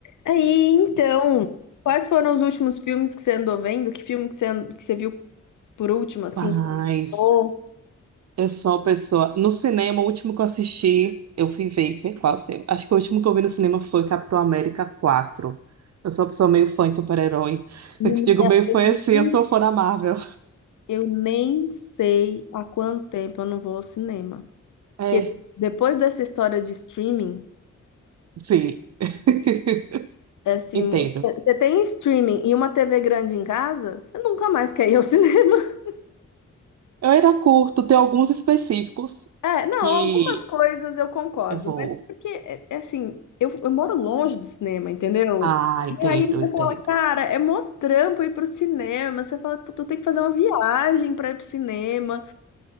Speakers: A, on the left (about 85°); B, on the right (about 60°).
A: Aí, então, quais foram os últimos filmes que você andou vendo? Que filme que você, an- que você viu por último, assim,
B: Rapaz,
A: que você gostou?
B: eu sou uma pessoa. No cinema, o último que eu assisti, eu fui ver, foi qual quase. Acho que o último que eu vi no cinema foi Capitão América 4. Eu sou uma pessoa meio fã de super-herói.
A: Menina,
B: Eu te digo meio
A: eu
B: fã assim,
A: nem,
B: eu sou fã da Marvel.
A: eu nem sei há quanto tempo eu não vou ao cinema.
B: É,
A: Porque depois dessa história de streaming,
B: sim. <laughs>
A: é assim,
B: Entendo.
A: você tem streaming e uma TV grande em casa, você nunca mais quer ir ao <laughs> cinema.
B: Eu era curto, tem alguns específicos
A: É, não,
B: que
A: algumas coisas eu concordo,
B: eu vou.
A: mas é porque, é- é assim, eu, eu moro longe do cinema, entendeu?
B: Ah,
A: E
B: entendo,
A: aí você
B: entendo.
A: fala, cara, é mó trampo ir pro cinema. Você fala, tu tem que fazer uma viagem pra ir pro cinema.